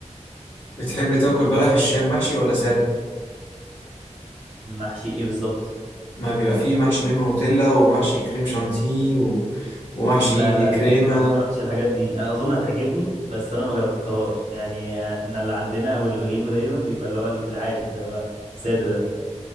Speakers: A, on the left (about 55°); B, on the right (about 75°).
A: بتحب تاكل بلح الشام محشي ولا ساده
B: محشي ايه بالظبط
A: ما بيبقى فيه محشي منه نوتيلا ومحشي كريم شانتيه و... ومحشي
B: لا لا
A: كريمه
B: لا انا ما جربتش الحاجات دي انا اظن هتعجبني بس انا ما جربتهاش يعني احنا اللي عندنا او اللي بجيبه دايما بيبقى اللي هو العادي اللي هو ساده ده